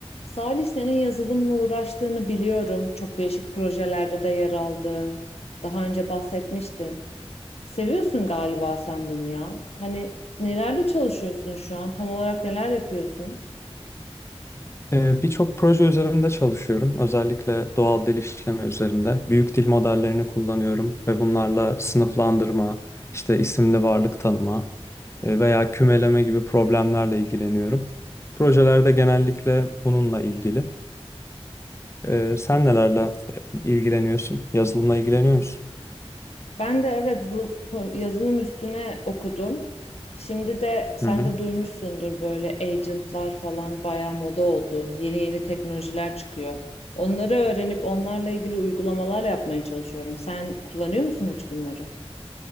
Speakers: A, on the left (about 70°); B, on the left (about 25°).
A: Salih senin yazılımla uğraştığını biliyorum. Çok değişik projelerde de yer aldın. Daha önce bahsetmiştin. Seviyorsun galiba sen bunu ya. Hani nelerde çalışıyorsun şu an? Tam olarak neler yapıyorsun?
B: Ee, Birçok proje üzerinde çalışıyorum. Özellikle doğal dil işleme üzerinde. Büyük dil modellerini kullanıyorum ve bunlarla sınıflandırma, işte isimli varlık tanıma e, veya kümeleme gibi problemlerle ilgileniyorum. Projelerde genellikle bununla ilgili. Ee, Sen nelerle ilgileniyorsun? Yazılımla ilgileniyor musun?
A: Ben de evet bu kon- yazılım üstüne okudum. Şimdi de sen
B: Hı hı.
A: de duymuşsundur böyle agentlar falan bayağı moda oldu. Yeni yeni teknolojiler çıkıyor. Onları öğrenip onlarla ilgili uygulamalar yapmaya çalışıyorum. Sen kullanıyor musun hiç bunları?